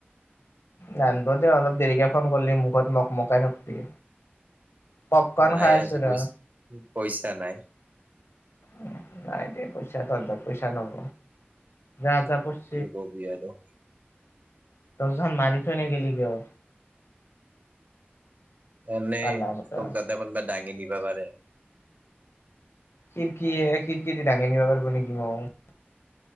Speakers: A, on the left; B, on the right.
A: নানাব দ অলপ দেৰিকে ফোন কৰিলি মুখত মখ মকাই থাকবি। পপকন
B: নাই
A: খাই আছো
B: আজি
A: ৰ।
B: পইচা পইচা নাই।
A: উ নাই দে পইচা তন্তত পইচা নব যা যা পইচ-
B: কি কবি আৰু।
A: তজন খন মাৰি থৈ ন গেলি কিয়?
B: এনে
A: কালা ফটা
B: তোক গাদা কোনবা দাঙি নিবা পাৰে।
A: খিৰিকীয়ে, খিৰিকীদি দাঙি নিবা পাৰব নেকি মোক।